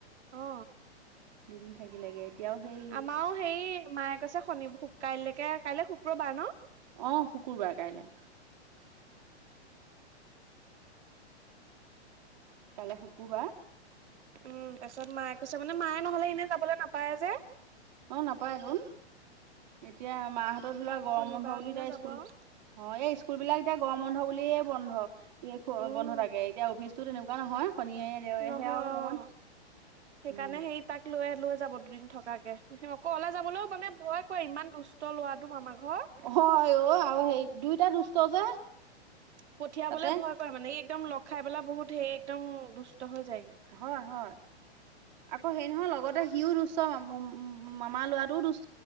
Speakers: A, on the right; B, on the right.
A: অঁ।
B: দুদিন থাকিলেগে। তেওঁ হেই
A: আমাৰও হেৰি মায়ে কৈছে শনি কাইলৈকে কাইলৈ শুক্ৰবাৰ ন?
B: অ শুকুৰবাৰ কাইলে। কাইলে শুকুৰবাৰ।
A: উম তাৰপিছত মায়ে কৈছে মানে মায়ে নহলে এনে যাবলৈ নাপায় যে।
B: অ নাপায় তোন, এতিয়া মাহঁতৰ ধৰি লোৱা গৰম
A: শনিবাৰ
B: বন্ধ বুলি
A: দিনা
B: তাই
A: যাব
B: স্কুল
A: আৰু
B: অ এই স্কুল বিলাক এতিয়া গৰম বন্ধ বুলিয়ে বন্ধ।
A: উম
B: বন্ধ থাকে এতিয়া অফিচতো তেনেকুৱা নহয় শনিয়ে দেওৰেহে
A: নহয়
B: আৰু অকমান
A: অ সেইকাৰণে
B: উম।
A: সেই তাক লৈ লৈ যাব দুদিন থকাকে। সি অকলে যাবলৈও মানে ভয় কৰে ইমান দুষ্ট লৰাটো মামা ঘৰ।
B: হয় অ আৰু সেই দুইটা দুষ্ট যে।
A: পঠিয়াবলে
B: তাতে।
A: ভয় কৰে মানে ই একদম লগ খায় পেলাই বহুত হেৰি একদম দুুষ্ট হৈ যায়গে।
B: হয় হয় আকৌ সেই নহয় লগতে সিও দুষ্ট মামা লৰাটোও দুষ্ট